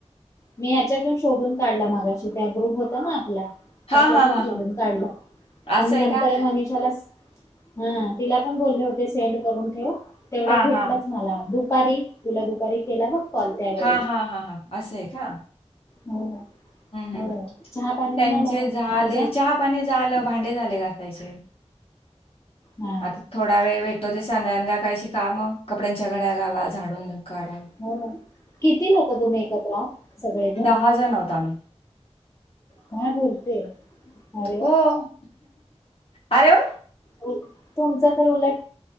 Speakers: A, on the left; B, on the left.
A: मी ह्याच्यातून शोधून काढला मगाशी. तु त्या ग्रुप होता, ना आपला
B: हा
A: त्याच्यातून
B: हा हा
A: शोधून
B: हा
A: काढला
B: असं
A: आणि
B: आहे
A: नंतर
B: का
A: मनीषाला स हा तिला पण बोलले होते सेंड करून ठेव. तेवढ्यात
B: हा
A: भेटलाच
B: हा
A: मला दुपारी तुला दुपारी केला बघ कॉल त्यावेळी
B: हा हा हा हा असय का.
A: हो.
B: हं हं
A: हो चहा पाणी
B: त्यांचे
A: झाला
B: झाले
A: तुझा
B: चहा पाणी झाल्यावर भांडे झाले घासायचे.
A: हा
B: आता थोडा वेळ भेटतो ते साध्यांकाळी शि काम कपड्यांच्या घड्या घाला झाडून काढा
A: हम किती लोक तुम्ही एकत्र आहात सगळेजण
B: दहा जण आहोत आम्ही.
A: काय बोलते. अरे वा
B: हो. अरे वा!
A: तुमच तर उलट